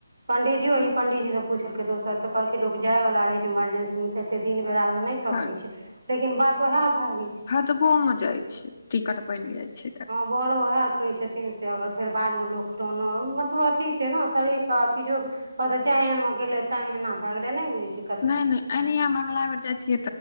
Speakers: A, on the right; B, on the left.
A: पंडीजियो ई पंडीजीसब पुछलकै दोसर त कहलकै, लोक जाय बला रहै छै मरजेंसी मे, तऽ एते दिन बेरागन नहि तकय
B: हँ
A: छय, लेकिन बात वैह भ गेय छै।
B: तबो अहां जाय छीय, टिकट बनि जाय छय।
A: बरो वैह कहै छथिन, से अगर फेर बादमे लोक टोनअब मतलब अथी छै, ने शरीरके किछो कहतय जाय एहन मे गेलै, तें एहना भ गेले, नहि बुझै छी।
B: नय -नय ऐहेनाये हम, अगला बेर जाइ तिय